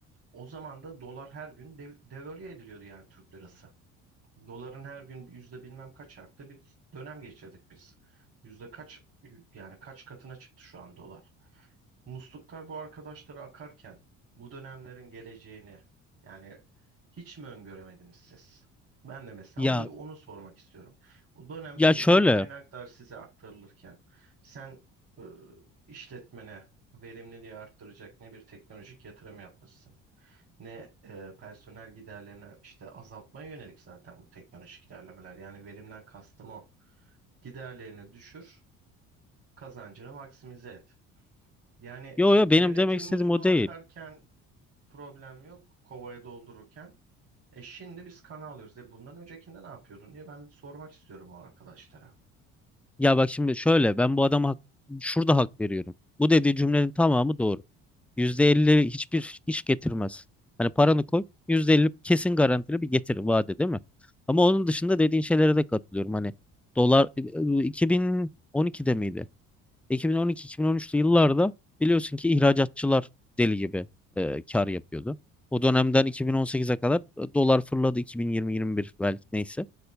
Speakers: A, on the right; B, in the centre.
A: o zaman da dolar her gün dev- devalüe ediliyordu yani Türk lirası. Doların her gün yüzde bilmem kaç arttı bir dönem geçirdik biz. Yüzde kaç yani kaç katına çıktı şu an dolar. Musluklar bu arkadaşlara akarken bu dönemlerin geleceğini yani hiç mi öngöremediniz siz? Ben de mesela
B: Ya
A: o- onu sormak istiyorum. O dönem
B: ya
A: bütün
B: şöyle.
A: kaynaklar size aktarılırken sen e, işletmene verimliliği arttıracak ne bir teknolojik yatırım yapmışsın ne e, personel giderlerini işte azaltmaya yönelik zaten bu teknolojik ilerlemeler. Yani verimden kastım o. Giderlerini düşür, kazancını maksimize et. Yani
B: Yo yo benim
A: devletin
B: demek istediğim
A: musluğu
B: o değil.
A: akarken problem yok, kovaya doldururken. E şimdi biz kana alıyoruz. E bundan öncekinde ne yapıyordun diye ben bir sormak istiyorum o arkadaşlara.
B: Ya bak şimdi şöyle ben bu adama hak, şurada hak veriyorum. Bu dediği cümlenin tamamı doğru. %50 hiçbir iş getirmez. Hani paranı koy %50 kesin garantili bir getir vaadi değil mi? Ama onun dışında dediğin şeylere de katılıyorum. Hani dolar e, 2012'de miydi? 2012-2013'lü yıllarda biliyorsun ki ihracatçılar deli gibi e, kar yapıyordu. O dönemden 2018'e kadar e, dolar fırladı 2020-21 belki neyse